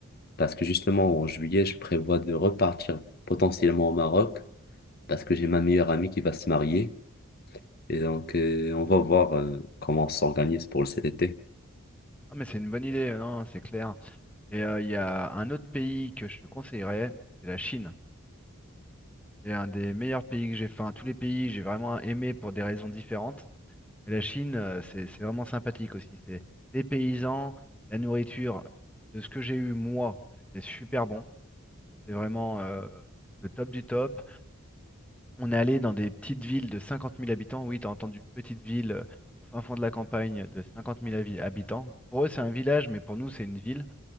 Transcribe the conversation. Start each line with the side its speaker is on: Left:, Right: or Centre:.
Left: parce que justement, en juillet, je prévois de repartir potentiellement au Maroc, parce que j'ai ma meilleure amie qui va se marier. Et donc, euh, on va voir euh, comment on s'organise pour cet été.
Centre: Ah, mais c'est une bonne idée, euh, non, c'est clair. Et euh, il y a un autre pays que je te conseillerais, c'est la Chine. C'est un des meilleurs pays que j'ai fait. Enfin, tous les pays, j'ai vraiment aimé pour des raisons différentes. Mais la Chine, euh, c'est c'est vraiment sympathique aussi. C'est des paysans, la nourriture, de ce que j'ai eu moi, c'était super bon. C'est vraiment euh, le top du top. On est allé dans des petites villes de 50 000 habitants. Oui, t'as entendu petite ville euh, au fin fond de la campagne de 50 000 habi- habitants. Pour eux, c'est un village, mais pour nous, c'est une ville.